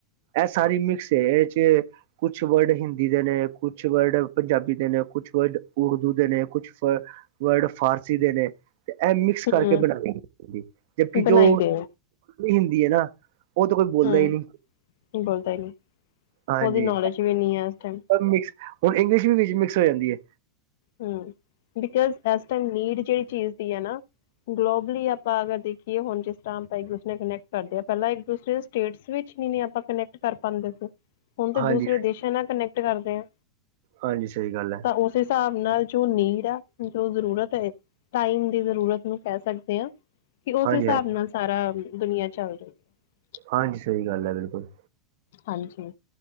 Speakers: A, on the right (about 60°); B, on the left (about 65°).
A: ਇਹ ਸਾਰੀ ਮਿਕਸ ਇਹ ਚ ਕੁਛ ਵਰਡ ਹਿੰਦੀ ਦੇ ਨੇ, ਕੁਛ ਵਰਡ ਪੰਜਾਬੀ ਦੇ ਨੇ। ਕੁਛ ਵਰਡ ਉਰਦੂ ਦੇ ਨੇ, ਕੁਛ ਵਰਡ ਫਾਰਸੀ ਫਾਹਸੀ ਦੇ ਨੇ ਤੇ, ਇਹ ਮਿਕਸ
B: ਹੂੰ
A: ਕਰਕੇ ਬਣਾ ਜਦਕਿ ਜੋ
B: ਬਣਾਈ ਗਏ
A: ਹਿੰਦੀ ਹੈ ਨਾ ਉਹ ਤਾਂ ਕੋਈ ਬੋਲਦਾ
B: ਹੂੰ
A: ਹੀ ਨਹੀ
B: ਬੋਲਦਾ ਹੀ ਨਹੀਂ
A: ਹਾਂਜੀ
B: ਉਹਦੀ ਨੌਲੇਜ ਵੀ ਨਹੀਂ ਹੈ ਇਸ ਟਾਈਮ
A: ਮਿਕਸ ਹੁਣ ਇੰਗਲਿਸ਼ ਵੀ ਵਿੱਚ ਮਿਕਸ ਹੋ ਜਾਂਦੀ ਹੈ
B: ਹਮ ਬਿਕੋਜ਼ ਇਸ ਟਾਈਮ ਨੀਡ ਜਿਹੜੀ ਚੀਜ਼ ਦੀ ਹੈ ਨਾ ਗਲੋਬਲੀ ਆਪਾਂ ਅਗਰ ਦੇਖੀਏ ਹੁਣ ਜਿਸ ਆਪਾਂ ਦੂਸਰੇ ਕਨੈਕਟ ਕਰਦੇ ਹ ਪਹਿਲ ਇੱਕ ਦੂਸਰੇ ਸਟੇਟ ਵਿਚ ਵੀ ਨੀ ਆਪਾਂ ਕਨੈਕਟ ਕਰ ਪਾਉਦੇ ਸੀ ਹੁਣ ਤਾਂ
A: ਹਾਂਜੀ
B: ਦੂਸਰੇ ਦੇਸ਼ਾਂ ਨਾਲ ਕਨੈਕਟ ਕਰਦੇ ਆ
A: ਹਾਂਜੀ ਸਹੀ ਗੱਲ ਹੈ
B: ਤਾਂ ਉਸ ਹਿਸਾਬ ਨਾਲ ਜੋ ਨੀਡ ਆ ਜੋ ਜ਼ਰੂਰਤ ਹੈ ਟਾਈਮ ਦੀ ਜ਼ਰੂਰਤ ਨੂੰ ਕਹਿ ਸਕਦੇ ਹਾਂ ਕਿ ਉਸ
A: ਹਾਂਜੀ
B: ਹਿਸਾਬ
A: ਹਾਂਜੀ
B: ਨਾਲ ਸਾਰਾ ਦੁਨੀਆਂ ਚੱਲ ਰਹੀ ਹੈ
A: ਹਾਂਜੀ ਸਹੀ ਗੱਲ ਹੈ ਬਿਲਕੁਲ
B: ਹਾਂਜੀ